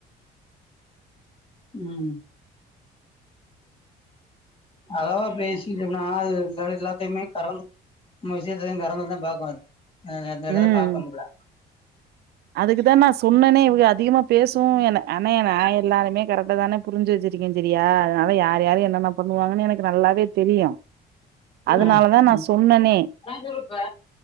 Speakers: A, on the left; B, on the right.
A: ம் அளவா பேசிட்டோம்னா அது இந்தடவ எல்லாத்தயுமே கறந்து நம்ம விஷயத்ததா கறந்ததா பாக்கு அது அ அந்த வேலதா
B: ம்
A: பாக்கு அந்த புள்ள
B: அதுக்குதா நா சொன்னனே இவுக அதிகமா பேசும் என்ன அண்ணே நா எல்லாருமே கரெட்டா தான புரிஞ்சு வச்சிருக்கே சரியா அதனால யார் யாரு என்னென்ன பண்ணுவாங்கனு எனக்கு நல்லாவே தெரியு அதனாலதா
A: அ
B: நா
A: ம் ஆ
B: சொன்னனே
A: காஞ்சுருப்ப